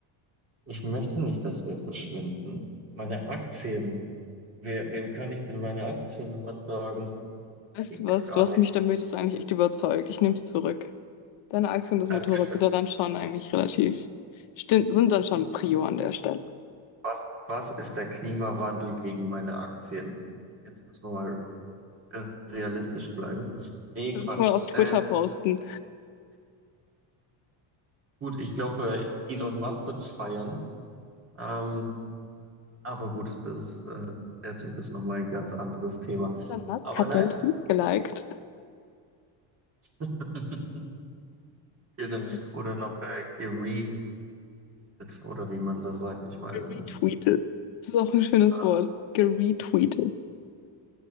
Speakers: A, on the right; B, on the left.
A: Ich möchte nicht, dass wir verschwinden. Meine Aktien. Wer, wem kann ich denn meine Aktien übertragen?
B: Weißt
A: Geht
B: du was?
A: ja gar
B: Du hast
A: nicht.
B: mich damit jetzt eigentlich echt überzeugt. Ich nehme es zurück. Deine Aktie und das
A: Dankeschön.
B: Motorrad sind da dann schon eigentlich relativ, stin- sind dann schon Prio an der Stelle.
A: Was, was ist der Klimawandel gegen meine Aktien? Jetzt müssen wir mal äh, realistisch bleiben. Nee,
B: Das
A: Quatsch.
B: kann auf Twitter
A: Ähm,
B: posten.
A: gut, ich glaube, äh, Elon Musk wird's feiern. Ähm, aber gut, das ist, äh, der Typ ist nochmal ein ganz anderes Thema.
B: Elon Musk
A: Aber
B: hat
A: nein,
B: deinen Tweet geliked.
A: <laughs> genau.
B: Ja.
A: Oder noch äh, geretweetet oder wie man das sagt, ich weiß
B: Geretweetet.
A: es nicht.
B: Das ist auch ein schönes
A: Ja,
B: Wort. Geretweetet.